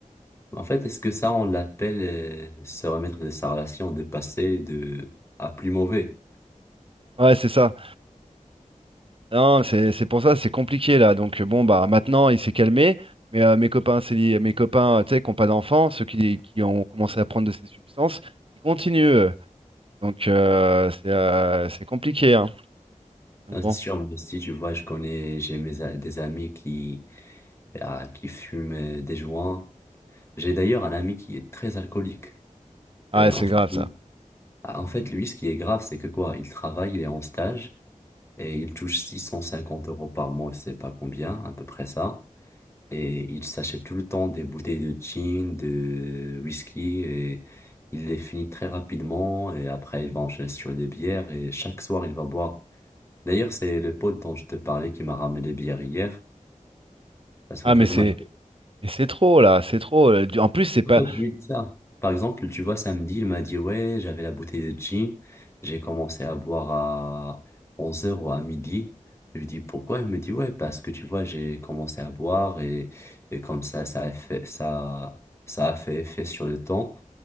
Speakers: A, on the left (about 20°); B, on the right (about 45°).
A: en fait, est-ce que ça, on l'appelle euh, se remettre de sa relation, de passer de à plus mauvais?
B: Ouais, c'est ça. Non, c'est c'est pour ça, c'est compliqué là. Donc euh, bon bah maintenant il s'est calmé, mais euh, mes copains céli- mes copains euh, tu sais qui n'ont pas d'enfants, ceux qui, qui ont commencé à prendre de ces substances, ils continuent eux. Donc euh, c'est euh, c'est compliqué hein. Donc,
A: Non,
B: bon,
A: c'est sûr, moi aussi, tu vois, je connais, j'ai mes, a- des amis qui, ah, qui fument euh, des joints. J'ai d'ailleurs un ami qui est très alcoolique.
B: ah
A: Euh,
B: c'est
A: en fait,
B: grave
A: lui-
B: ça.
A: ah, en fait, lui, ce qui est grave, c'est que quoi, il travaille, il est en stage et il touche 650 euros par mois, je sais pas combien, à peu près ça. Et il s'achète tout le temps des bouteilles de gin, de whisky, et il les finit très rapidement. Et après, il va enchaîner sur des bières, et chaque soir, il va boire. D'ailleurs, c'est le pote dont je te parlais qui m'a ramené les bières hier. Parce qu'en
B: Ah
A: fait,
B: mais c'est
A: moi,
B: mais c'est trop là, c'est trop. Euh, du- En plus c'est pas
A: C'est ça. Par exemple, tu vois, samedi, il m'a dit, ouais, j'avais la bouteille de gin, j'ai commencé à boire à 11 heures ou à midi. Je lui dis, pourquoi? Il me dit, ouais, parce que tu vois, j'ai commencé à boire et, et comme ça, ça a fait, ça, ça a fait effet sur le temps.